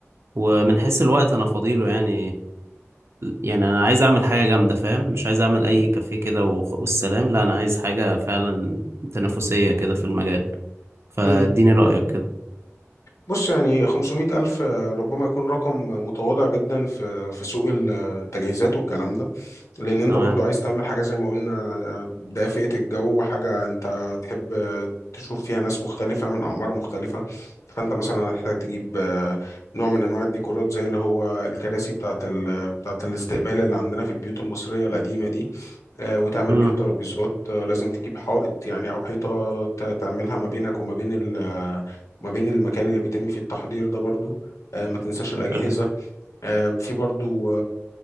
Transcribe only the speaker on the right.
ومن حيث الوقت انا فاضيله يعني يعني انا عايز اعمل حاجة جامدة فاهم مش عايز اعمل اي كافيه كده وخ- والسلام لا انا عايز حاجة فعلا تنافسية كده في المجال فاديني
رأيك كده
تمام
امم
حلو